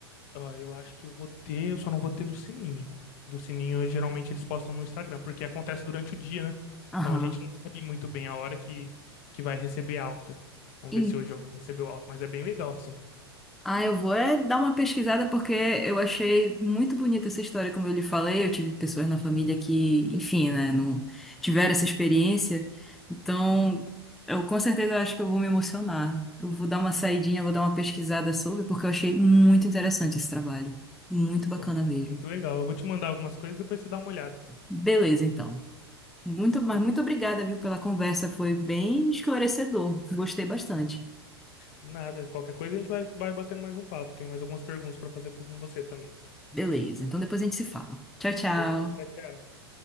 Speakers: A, on the left (about 45°); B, in the centre.
A: Ó, eu acho que eu vou ter, eu só não vou ter do sininho. Do sininho, geralmente eles postam no Instagram, porque acontece durante o dia, né?
B: Aham.
A: Então a gente não sabe muito bem a hora que, que vai receber alta. Vamos
B: Em-
A: ver se hoje alguém recebeu alta, mas é bem legal, assim.
B: Ah, eu vou é dar uma pesquisada porque eu achei muito bonita essa história, como eu lhe falei. Eu tive pessoas na família que, enfim, né, não tiveram essa experiência. Então, eu com certeza acho que eu vou me emocionar. Eu vou dar uma saidinha, vou dar uma pesquisada sobre, porque eu achei muito interessante esse trabalho. Muito bacana
A: Bom,
B: mesmo.
A: muito legal. Eu vou te mandar algumas coisas, depois você dá uma olhada.
B: Beleza, então. Muito, mas
A: Perfeito.
B: muito obrigada, viu, pela conversa. Foi bem esclarecedor. Gostei bastante.
A: Nada, qualquer coisa a gente vai, vai batendo mais um papo. Tem mais algumas perguntas para fazer com você também.
B: Beleza, então depois a gente se fala. Tchau, tchau.
A: Perfeito, tchau. tchau.